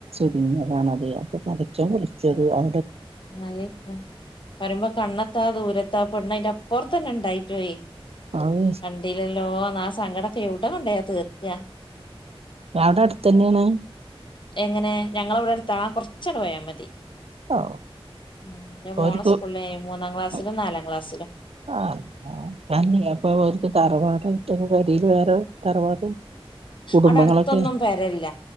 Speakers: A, on the right; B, on the left.
A: പിന്നെതാണതെ അപ്പൊ പടച്ചോൻ വിളിച്ചത് അ
B: ആയേക്കും പറിമ്പോ കണ്ണെത്താ ദൂര ത്താ പെണ്ണയ്ന്റെപ്പാെർത്തെന്നെ ണ്ടായ്ട്ടോയ്
A: അത്
B: കണ്ടീലെല്ലോന്നാ സ് സങ്കടൊക്കെ എവ്ടെ കൊണ്ടയാ തീർക്ക
A: അവ്ടെ അട്തെന്നെയാണ്
B: എങ്ങനെ ഞങ്ങളവ്ടട്ത്ത കൊർച്ചാണ് പോയാ മതി
A: ഓ
B: എന്റെ മോളെ
A: ഓർക്
B: സ്കൂളില്
A: അ
B: മൂന്നാം ക്ലാസ്സിലും നാലാം ക്ലാസ്സിലും
A: അ അപ്പൊന്നി ഓർക് തറവാടായിട്ടക്കെ കെ വേറെ തറവാട് കുടുംബങ്ങളൊക്കെ
B: അവിടെ അടുത്തൊന്നും പെരല്ല